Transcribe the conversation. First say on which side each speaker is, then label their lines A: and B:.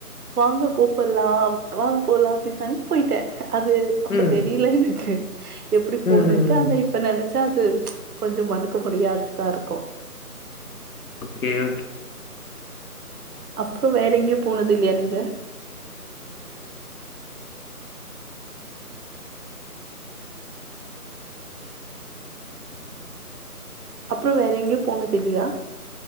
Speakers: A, on the right (about 75°); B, on the left (about 65°).
A: வாங்க கூப்படலா வாங்க போலா அப்படின்னாங்க போய்ட்டே அது அப்ப
B: ம். ம்,
A: தெரில எனக்கு எப்படி
B: ம்,
A: போனும்ட்டு
B: ம்.
A: ஆனா இப்ப நெனைச்சா அது கொஞ்சம் மறுக்க முடியாததா இருக்கு
B: ஓகே, ஓகே.
A: அப்புற வேற எங்கயும் போனது இல்லையா நீங்க அப்புறம் வேற எங்கயு போனது இல்லையா